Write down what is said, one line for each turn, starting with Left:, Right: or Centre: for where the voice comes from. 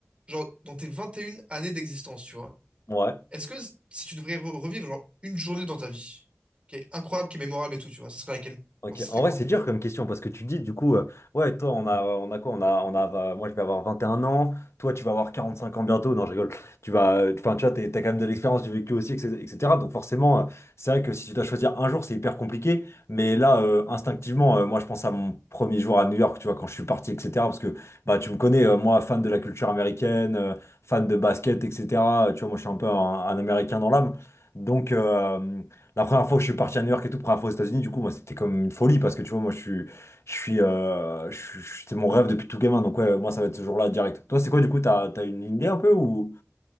Right: genre, dans tes 21 années d'existence, tu vois,
Left: Ouais.
Right: est-ce que s- si tu devrais re- revivre, genre, une journée dans ta vie, qui est incroyable, qui est mémorable et tout, tu vois, ce serait laquelle?
Left: Ok.
Right: Enfin, ce
Left: En
Right: serait quoi?
Left: vrai, c'est dur comme question parce que tu dis du coup, euh, ouais, toi, on a, euh, on a quoi? On a, on a, euh, moi, je vais avoir 21 ans. Toi, tu vas avoir 45 ans bientôt. Non, je rigole. Tu vas, euh, enfin, tu vois, t'es- t'as quand même de l'expérience du vécu aussi, etc. etc. Donc forcément, euh, c'est vrai que si tu dois choisir un jour, c'est hyper compliqué. Mais là, euh, instinctivement, euh, moi, je pense à mon premier jour à New York, tu vois, quand je suis parti, etc. Parce que, bah, tu me connais, euh, moi, fan de la culture américaine, euh, fan de basket, etc. Tu vois, moi, je suis un peu un, un Américain dans l'âme. Donc, euh, La première fois que je suis parti à New York et tout, première fois aux États-Unis, du coup, moi, c'était comme une folie parce que tu vois, moi, je suis, je suis, euh, je suis- c'était mon rêve depuis tout gamin. Donc, ouais, moi, ça va être ce jour-là direct. Toi, c'est quoi, du coup, t'as, t'as une idée un peu ou,